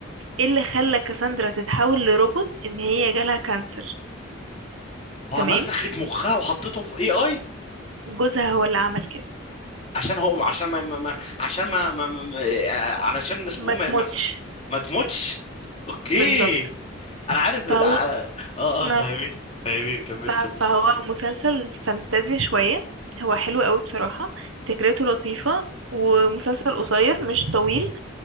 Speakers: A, on the right; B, on the left.
A: ايه اللي خلى كاساندرا تتحول لروبوت ان هي جالها كانسر
B: فنسخت
A: تمام
B: مخها وحطته في اي اي
A: جوزها هو اللي عمل كده
B: عشان هو عشان ما, ما ما- عشان ما, ما, ما ما- آه، علشان اسمه
A: ما
B: ايه ما,
A: تموتش
B: ما, ما تموتش اوكي
A: بالظبط
B: انا عارف
A: فهو
B: ال- اه اه
A: اه
B: آه، فاهمين فاهمين كمل
A: ف-
B: كمل
A: فهو مسلسل فانتازيا شوية هو حلو قوي بصراحة فكرته لطيفة ومسلسل قصير مش طويل